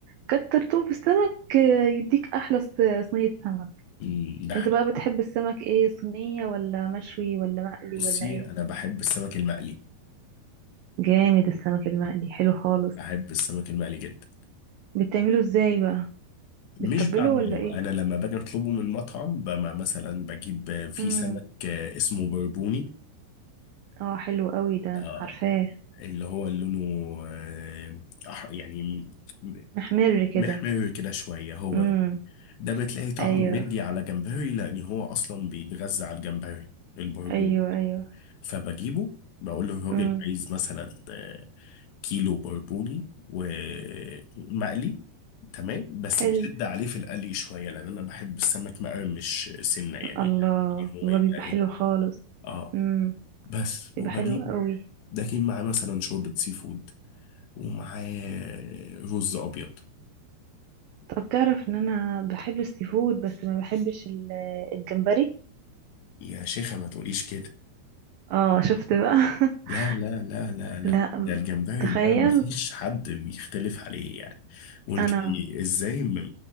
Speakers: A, on the right (about 65°); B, on the left (about 85°).
A: كتر تون في السمك آه، يديك احلى ص- صينية سمك
B: أمم، ده حقيقي.
A: انت بقى بتحب السمك ايه صينية ولا مشوي ولا مقلي
B: بصي
A: ولا ايه
B: أنا بحب السمك المقلي
A: جامد السمك المقلي حلو خالص
B: بحب السمك المقلي جدا
A: بتعمله ازاي بقى بتتبله
B: مش بعمله
A: ولا ايه
B: أنا لما باجي أطلبه من مطعم بما مثلا بجيب في
A: امم
B: سمك آه، اسمه بربوني
A: اه حلو قوي ده
B: آه،
A: عارفاه
B: اللي هو لونه آه، أح- يعني م-
A: محمر كده
B: محمر كده شوية هو
A: امم
B: ده ده بتلاقي طعمه
A: ايوه
B: مدي على جمبري لأن هو أصلا بيتغذى على الجمبري البربوني
A: ايوه ايوه
B: فبجيبه بقول له الراجل
A: امم
B: عايز مثلا آه، كيلو بربوني ومقلي تمام بس تشد
A: حلو
B: عليه في القلي شويه لان انا بحب السمك مقرمش سنه يعني
A: الله
B: بحب ان هو
A: الله
B: يبقى
A: بيبقى
B: ايه
A: حلو خالص
B: اه
A: امم
B: بس
A: بيبقى
B: وبجيب
A: حلو قوي
B: بجيب معاه مثلا شوربه سي فود ومعاه رز ابيض
A: طب تعرف ان انا بحب السي فود بس ما بحبش ال- الجمبري
B: يا شيخه ما تقوليش كده
A: اه شفت بقى <laughs>
B: لا لا لا لا لا
A: لا
B: ده الجمبري
A: تخيل
B: ده مفيش حد بيختلف عليه يعني وانت
A: انا
B: ازاي من